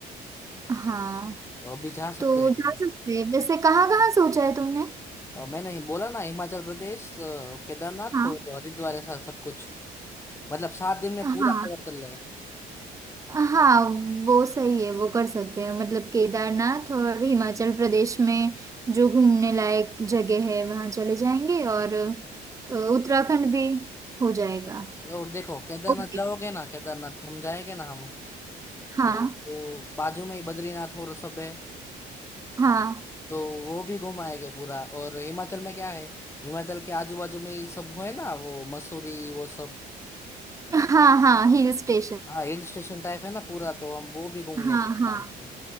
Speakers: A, on the right (about 20°); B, on the left (about 15°).
A: हाँ
B: तो अभी जा सकते
A: तो
B: हैं हम
A: जा सकते हैं वैसे कहाँ कहाँ सोचा है तुमने
B: और मैंने ही बोला ना हिमाचल प्रदेश अ, केदारनाथ
A: हाँ
B: और हरिद्वार ऐसा सब कुछ मतलब सात दिन में
A: हाँ
B: पूरा कवर कर ले
A: हाँ वो सही है वो कर सकते हैं मतलब केदारनाथ और हिमाचल प्रदेश में जो घूमने लायक जगह है वहाँ चले जाएंगे और अ, उत्तराखंड भी हो जाएगा
B: और देखो केदारनाथ
A: ओके
B: जाओगे ना केदारनाथ हम जाएंगे ना हम
A: हाँ
B: तो वो बाजू में ही बद्रीनाथ और सब है
A: हाँ
B: तो वो भी घुमाएंगे पूरा और हिमाचल में क्या है हिमाचल के आजू बाजू में ये सब हुए ना वो मसूरी वो सब
A: हाँ हाँ हिल स्टेशन
B: हाँ हिल स्टेशन टाइप है ना पूरा तो हम वो भी घूम
A: हाँ
B: लेंगे आराम
A: हाँ
B: से